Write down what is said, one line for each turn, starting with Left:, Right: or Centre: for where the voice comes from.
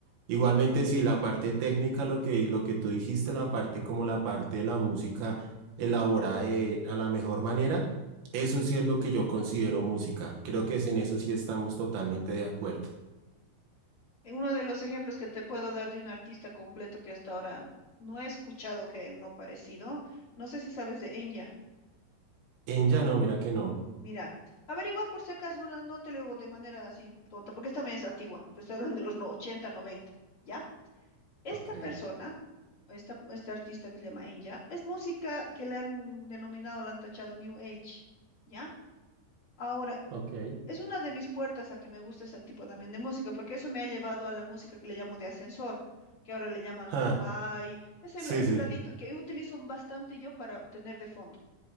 Right: Igualmente, si la parte técnica, lo que, lo que tú dijiste, la parte como la parte de la música elaborada de- a la mejor manera, eso sí es lo que yo considero música. Creo que es en eso sí estamos totalmente de acuerdo.
Left: Eh, Uno de los ejemplos que te puedo dar de un artista completo que hasta ahora no he escuchado que uno parecido, no sé si sabes de Enya.
Right: En ya no, mira que no.
Left: Mira, averigua por si acaso, bueno, no te lo digo de manera así tonta, porque esta también es antigua, te estoy hablando de los no- 80, 90, ¿ya? Esta
Right: Ok,
Left: persona, esta, este artista que se llama Enya, es música que le han denominado, la han tachado New Age, ¿ya? Ahora,
Right: ok,
Left: es una de mis puertas a que me gusta ese tipo también de música, porque eso me ha llevado a la música que le llamo de ascensor, que ahora le llaman
Right: Ah,
Left: lo-fi, ese
Right: sí,
Left: el, es
Right: sí.
Left: ladito que utilizo bastante yo para tener de fondo.